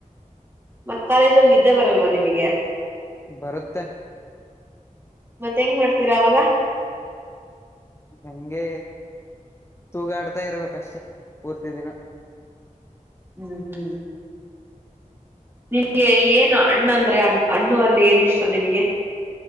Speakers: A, on the right; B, on the left.
A: ಮತ್ ಕಾಲೇಜ ಅಲ್ಲಿ ನಿದ್ದೆ ಬರಲ್ವಾ ನಿಮಗೆ.
B: ಬರುತ್ತೆ.
A: ಮತ್ತ ಹೆಂಗ ಮಾಡ್ತೀರಾ ಅವಾಗ.
B: ಹಂಗೆ ತೂಗಾಡ್ತಾ ಇರ್ಬೇಕಷ್ಟೆ ಪೂರ್ತಿ ದಿನ.
A: ಹ್ಮ್ ಹ್ಮ್ ನಿಮ್ಗೆ ಏನು ಅಣ್ಣಂದ್ರೆ ಹಣ್ಣು ಅಲ್ಲಿ ಏನ ಇಷ್ಟ ನಿಮಗೆ.